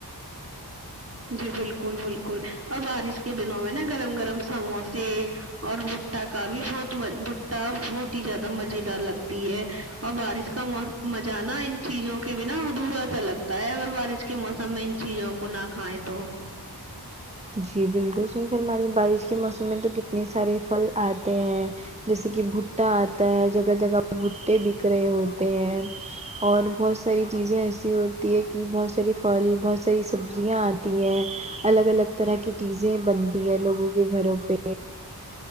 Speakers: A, on the right; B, on the right.
A: جی بالکل بالکل اور بارش کے دنوں میں نا گرم گرم سموسے اور بھٹٹا کا بھی بہت م بھٹٹا بہت ہی زیادہ مزے دار لگتی ہے اور بارش کا م مزہ نا ان چیزوں کے بنا ادھورا سا لگتا ہے اگر بارش موسم میں ان چیلوں کو ناک کھایے تو
B: جی بالکل صحیح فرما رہی ہے بارش کے موسم میں تو کتنے سارے پھل آتے ہیں جیسے کہ بھٹا آتا ہے جگہ جگہ بھٹے بک رہے ہوتے ہیں اور بہت ساری چیزیں ایسی ہوتی ہے کہ بہت سارے پھل بہت س اری سبزیاں آتی ہیں الگ الگ طرح کی چیزیں بنتی ہیں لوگوں کے گھروں پہ